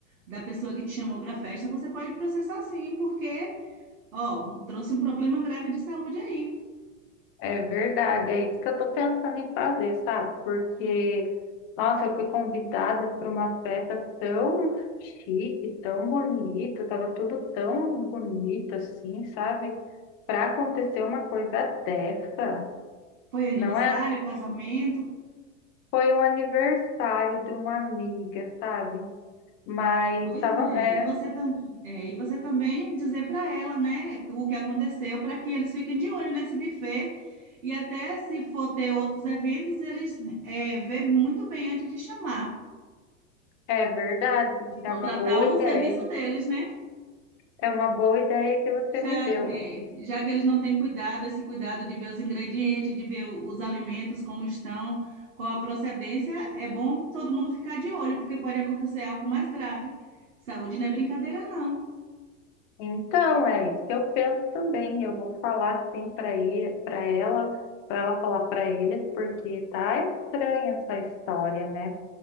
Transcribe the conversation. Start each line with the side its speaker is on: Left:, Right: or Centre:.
Right: da pessoa que te chamou para a festa, você pode processar sim, porque, ó, trouxe um problema grave de saúde aí.
Left: É verdade, é isso que eu estou pensando em fazer, sabe? Porque, nossa, eu fui convidada para uma festa tão chique, tão bonita, estava tudo tão bonito assim, sabe? Para acontecer uma coisa dessa,
Right: Foi aniversário,
Left: não é?
Right: casamento,
Left: Foi um aniversário de uma amiga, sabe? Mas
Right: Pois
Left: estava.
Right: é,
Left: É,
Right: e você, tam- é, e você também dizer para ela, né, o que aconteceu, para que eles fiquem de olho nesse buffet e até se for ter outros eventos, eles é, vê muito bem antes de chamar,
Left: é verdade.
Right: de
Left: É
Right: contratar
Left: uma boa
Right: o
Left: ideia.
Right: serviço deles, né?
Left: É uma boa ideia que você
Right: Já,
Left: me deu.
Right: é, já que eles não têm cuidado, esse cuidado de ver os ingredientes, de ver o- os alimentos como estão, qual a procedência, é bom todo mundo ficar de olho, porque pode acontecer algo mais grave. Saúde não é brincadeira, não.
Left: Então, é isso que eu penso também. Eu vou falar sim para ele, para ela, para ela falar para eles, porque tá estranha essa história, né?